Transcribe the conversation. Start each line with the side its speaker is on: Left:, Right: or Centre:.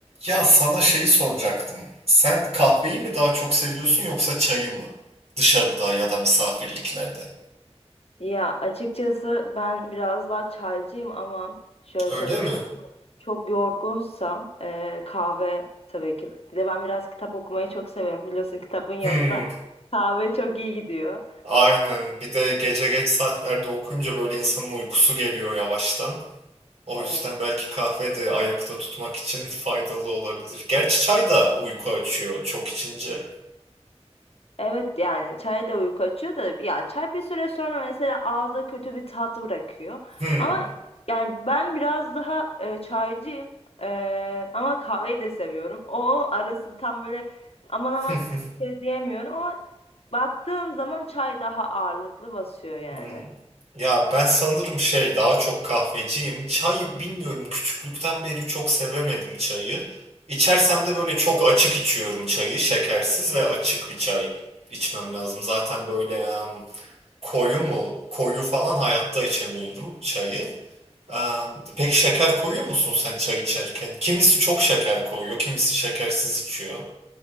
Right: Ya sana şeyi soracaktım. Sen kahveyi mi daha çok seviyorsun yoksa çayı mı? Dışarıda ya da misafirliklerde.
Left: Ya açıkçası ben biraz daha çaycıyım ama şöyle
Right: Öyle
Left: söyleyeyim
Right: mi?
Left: çok çok yorgunsam e, kahve tabii ki. Bir de ben biraz kitap okumayı çok seviyorum biliyorsun kitabın yanında
Right: Hmm,
Left: kahve çok iyi gidiyor.
Right: aynen. Bir de gece geç saatlerde okuyunca böyle insanın uykusu geliyor yavaştan. O
Left: Evet.
Right: yüzden belki kahve de ayakta tutmak için faydalı olabilir. Gerçi çay da uyku açıyor çok içince.
Left: Evet yani çay da uyku açıyor da ya çay bir süre sonra mesela ağızda kötü bir tat bırakıyor.
Right: Hmm.
Left: Ama yani ben biraz daha e, çaycıyım E, ama kahveyi de seviyorum. O arası tam böyle aman aman
Right: <laughs>
Left: şey diyemiyorum ama baktığım zaman çay daha ağırlıklı basıyor yani.
Right: Hmm. Ya ben sanırım şey daha çok kahveciyim. Çay bilmiyorum küçüklükten beri çok sevemedim çayı. İçersem de böyle çok açık içiyorum çayı. Şekersiz ve açık bir çay içmem lazım. Zaten böyle em, koyu mu koyu falan hayatta içemiyorum çayı. Em, peki şeker koyuyor musun sen çay içerken? Kimisi çok şeker koyuyor, kimisi şekersiz içiyor.